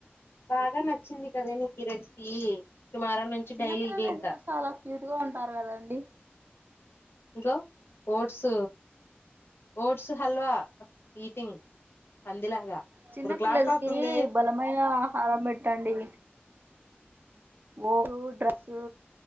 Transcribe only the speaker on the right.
చిన్నపిల్లలు
ఎందుకో చాలా క్యూట్ గా ఉంటారు కదా అండి
చిన్న
పిల్లలకి బలమైన ఆ పెట్టండి ఓ డ్రెస్సు